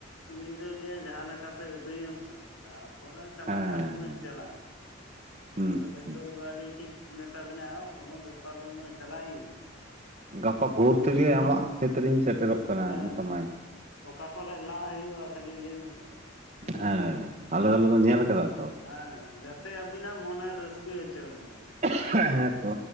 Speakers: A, on the left; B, on the right.
A: ᱩᱱᱤ ᱫᱚᱭ ᱞᱟᱹᱭᱟ ᱡᱟᱦᱟᱸ ᱞᱮᱠᱟᱛᱮ ᱟᱹᱫᱟᱹᱭᱮᱢ ᱥᱮ ᱾ ᱛᱟᱯᱚᱨᱮ ᱪᱟᱞᱟᱜ
B: ᱦᱮᱸ
A: ᱟᱨ ᱵᱟᱹᱧ ᱪᱟᱞᱟᱜ ᱾
B: ᱦᱩᱸ
A: ᱟᱫᱚ ᱱᱤᱛᱚᱜ
B: ᱦᱩᱸ᱾
A: ᱫᱚ ᱟᱹᱰᱤ ᱴᱷᱤᱠ ᱢᱮᱛᱟ ᱵᱤᱱᱟ ᱳ ᱠᱚᱱᱳ ᱵᱮᱯᱟᱨ ᱵᱟᱹᱱᱩᱜ-ᱟ ᱪᱟᱞᱟᱜ ᱟᱹᱧ ᱾
B: ᱜᱟᱯᱟ ᱵᱷᱳᱨ ᱛᱮᱜᱮ ᱟᱢᱟᱜ ᱠᱷᱮᱛ ᱨᱮᱧ ᱥᱮᱴᱮᱨᱚᱜ ᱠᱟᱱᱟ
A: ᱦᱮᱸ
B: ᱢᱮᱛᱟᱢᱟᱭ ᱾
A: ᱚᱠᱟ ᱠᱚᱨᱮ ᱞᱟᱜ ᱦᱩᱭᱩᱜ-ᱟ ᱠᱷᱟᱹᱞᱤ ᱞᱟᱹᱭ ᱢᱮᱥᱮ ᱵᱩᱡ
B: ᱦᱮᱸ
A: ᱮᱫᱟᱵᱤᱱ ᱾
B: ᱟᱞᱮ ᱫᱚ ᱞᱮ ᱧᱮᱞ ᱟᱠᱟᱫᱟ ᱾
A: ᱦᱮᱸ ᱡᱟᱛᱮ ᱟᱵᱤᱱᱟᱜ ᱢᱚᱱᱮ ᱨᱟᱹᱥᱠᱟᱹ ᱦᱚᱪᱚᱭ ᱢᱟᱭ ᱾
B: ᱦᱮᱸ ᱛᱚ